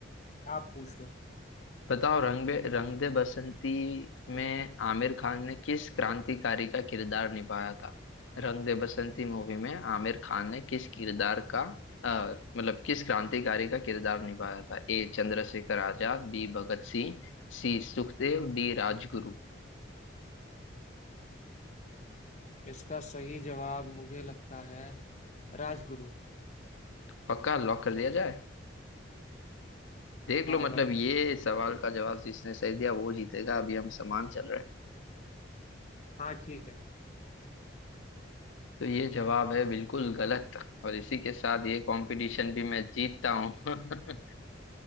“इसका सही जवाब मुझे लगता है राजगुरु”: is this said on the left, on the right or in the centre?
Left